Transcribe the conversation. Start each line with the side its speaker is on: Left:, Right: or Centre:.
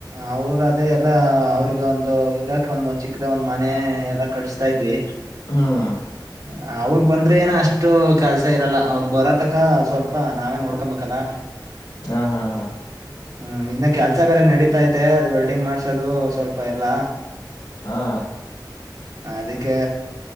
Right: ಅವರ ಅೇ ಎಲ್ಲಾ ಅವರಿಗ ಒಂದು ಇರಾಕ ಒಂದ್ ಚಿಕ್ಕದ ಒಂದ್ ಮನೆ ಎಲ್ಲಾ ಕಡಿಸ್ತಾ ಇದ್ವಿ
Left: ಹ್ಮ್
Right: ಹ ಅವರು ಬಂದ್ರೆ ಏನೋ ಅಷ್ಟು ಕೆಲ್ಸ ಇರಲ್ಲ ಅವ ಬರತ್ ಅತಕ ಸ್ವಲ್ಪ ನಾವೇನ್ ನೋಡ್ಕೊಬೇಕಲ್ಲ
Left: ಹಾ ಹಾ ಹಾ
Right: ಹ್ಮ ಇನ್ನ ಕೆಲ್ಸ ಬೇರೆ ನಡೀತೈತೆ ಅದು ವೆಲ್ಡಿಂಗ್ ಮಾಡ್ಸೋದು ಸ್ವಲ್ಪ ಎಲ್ಲ
Left: ಹಾ
Right: ಅದಕ್ಕೆ